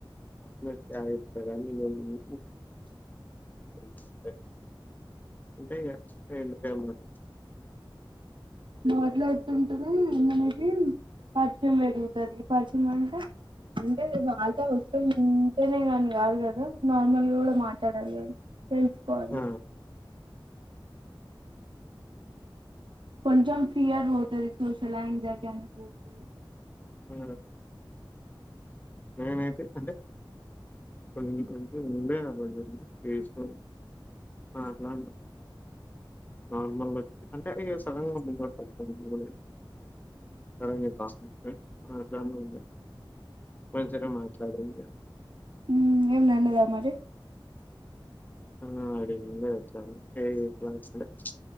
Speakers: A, on the left; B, on the right.
A: <unintelligible> యావి ఇవన్నీ ఎందివి ఇంగే ఎవన కావలంట ఎ అంటే ఇగ ప్చ్ ఎమన్ ఎమనన్
B: నోట్లు ఎక్కువుంటేనే మనకి పరిచయం పెరుగుతది. పరిచయం అంటే, అంటే వాళ్తో వస్తుఉంటేనే కానీ కాదు కదా నార్మల్గా కూడా మాట్లాడాలి అని. తెలుసుకోవాలి
A: ఆ
B: కొంచెం ఫియర్ పోతుది సోషల్ ఎంగ్జైటీ అనేది పోతది
A: అవునా అ అతే అంటే కొ అంటే ఉండే ఆజు చేసుకో అట్లా నార్మల్ అంటే అ సడన్ గా <inaudible> <unintelligible> సరే లే ఆక ఆ చానా ఉం రొంచెపు అయినా మాట్లాడ్రు ఇంకా
B: మ్ ఏం నన్నద మరి
A: <unintelligible>